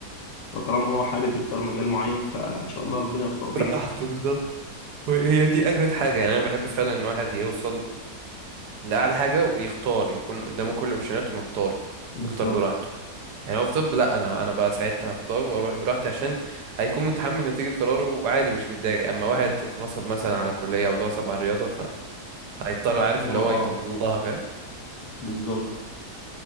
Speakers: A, on the left; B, on the right.
A: فطالما هو حابب يختار مجال معين فان شاء الله ربنا يوفقه
B: براحته
A: فيه يعني.
B: بالظبط هي دي أجمد حاجة يعني أنا بحب فعلا إن واحد يوصل لأعلى حاجة ويختار يكون قدامه كل الأوبشنات وما يختار
A: بالظبط
B: يختار براحته يعني هو في طب لا انا انا بقى ساعتها هختار واروح براحتي عشان هيكون متحمل نتيجة قراره وعادي مش متضايق اما واحد اتغصب مثلا على الكلية او اتغصب على الرياضة فهيضطر
A: بحس
B: عارف
A: ان
B: اللي
A: هو
B: هو
A: اه
B: يطبل لها فاهم
A: بالظبط